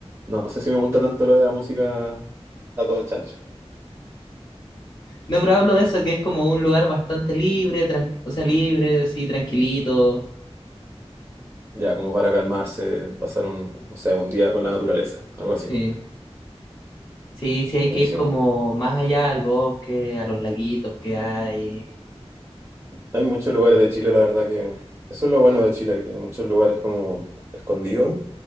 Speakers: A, on the right; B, on the left.
A: no sé si me gusta tanto lo de la música a todo chancho.
B: No, pero hablo de eso, que es como un lugar bastante libre, tran- o sea, libre, sí, tranquilito.
A: Ya, como para calmarse, pasar un, no sé, un día con la naturaleza, algo
B: Sí,
A: así.
B: sí, sí, hay
A: Buenísimo.
B: que ir como más allá al bosque, a los laguitos que hay.
A: Hay muchos lugares de Chile, la verdad que eso es lo bueno de Chile, que tiene muchos lugares como escondidos.